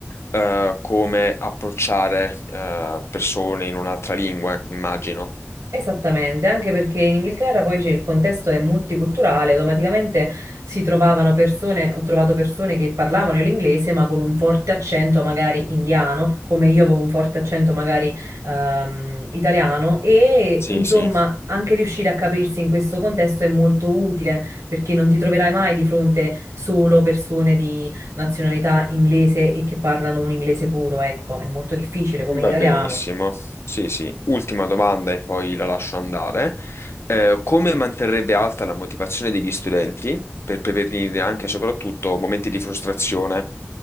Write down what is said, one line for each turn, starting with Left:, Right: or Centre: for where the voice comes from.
Left: eh, come approcciare eh, persone in un'altra lingua, immagino.
Right: Esattamente, anche perché in Inghilterra poi c'è- il contesto è multiculturale, automaticamente si trovavano persone, ho trovato persone che parlavano l'inglese ma con un forte accento magari indiano, come io avevo un forte accento magari ehm, italiano e
Left: Sì,
Right: insomma
Left: sì.
Right: anche riuscire a capirsi in questo contesto è molto utile perché non ti troverai mai di fronte solo persone di nazionalità inglese e che parlano un inglese puro, ecco, è molto difficile
Left: Va
Right: come in italiano.
Left: benissimo. Sì, sì. Ultima domanda e poi la lascio andare. Eh, come manterrebbe alta la motivazione degli studenti per prevenire anche e soprattutto momenti di frustrazione